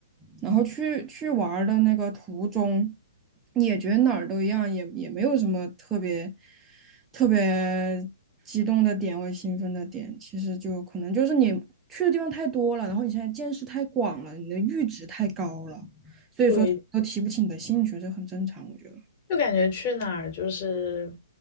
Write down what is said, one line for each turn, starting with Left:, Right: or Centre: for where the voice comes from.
Right: 然后去去玩儿的那个途中，也觉得哪儿都一样，也也没有什么特别特别激动的点或兴奋的点。其实就可能就是你去的地方太多了，然后你现在见识太广了，你的阈值太高了。所以说都提不起你的兴趣，
Left: 对，
Right: 这很正常，我觉得。
Left: 就感觉去哪儿就是